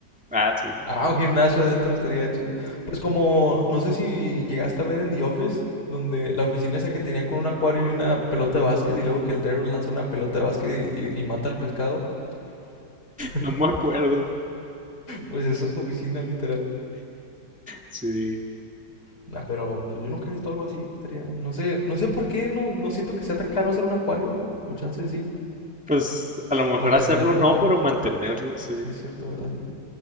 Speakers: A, in the centre; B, on the left (about 60°).
A: Ah, sí.
B: Ah, un gimnasio adentro estaría chido. Pues como, no sé si llegaste a ver en The Office, donde la oficina esa que tenían con un acuario y una pelota de básquet, y luego que el Daryl lanza una pelota de básquet y, y- y mata al pescado. <laughs>
A: No me acuerdo.
B: Pues esa es tu oficina, literal.
A: Sí.
B: Nah, pero pues yo nunca he visto algo así. Estaría, no sé, no sé por qué, no, no siento que sea tan caro hacer un acuario. O chance sí,
A: Pues a lo mejor
B: mantenerlo
A: hacerlo no,
B: tal
A: pero
B: vez.
A: mantenerlo, sí.
B: Sí, es cierto, ¿verdad? Li-